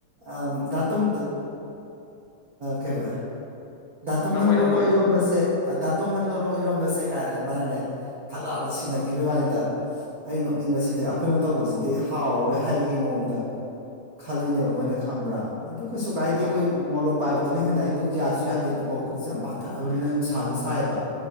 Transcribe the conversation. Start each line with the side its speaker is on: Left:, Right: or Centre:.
Right: ꯑ ꯗ ꯝ ꯀꯩꯕ ꯙꯥꯇꯨꯝ ꯅꯪ
Left: ꯑꯣꯏꯅ
Right: ꯂꯣꯜꯂꯣ
Left: ꯎꯔꯤꯕ
Right: ꯏꯔꯣꯝꯕꯁꯦ ꯗꯥꯇꯣꯝ ꯅꯪ ꯂꯧꯔꯣ ꯏꯔꯣꯝꯕꯁꯦ ꯀꯥꯏꯅꯅꯦ ꯃꯥꯅꯅꯦ ꯊꯛꯂꯥꯞꯅ ꯁꯤꯟꯅꯈꯤꯕꯒꯤ ꯋꯥꯅꯤꯗ ꯑꯩꯅ ꯅꯣꯛꯅꯤꯡꯕꯁꯤꯗꯤ ꯑꯩꯈꯣꯏꯅ ꯇꯧꯕꯁꯤꯗꯤ ꯍꯥꯎꯔꯔꯣꯏ ꯍꯥꯏꯕꯒꯤ ꯃꯑꯣꯡꯗ ꯈꯜꯂꯤꯅꯦꯕ
Left: ꯎꯝ
Right: ꯃꯣꯏꯅ ꯈꯝꯕ꯭ꯔꯥ ꯑꯗꯨ ꯀꯩꯁꯨ ꯀꯥꯏꯗꯦ
Left: ꯇꯣꯝ ꯇꯣꯝ
Right: ꯑꯩꯈꯣꯏ ꯃꯣꯔꯣꯛ ꯄꯥꯏꯕꯗ ꯑꯗꯨꯅ ꯍꯦ ꯑꯩꯈꯠꯁꯨ ꯗꯦꯞ ꯀꯣꯀꯨꯠꯁꯦ ꯌꯥꯝ ꯄꯥꯊꯔꯛꯑꯕꯅꯤꯅ ꯃꯁꯥꯁꯨ ꯁꯥꯏꯑꯕ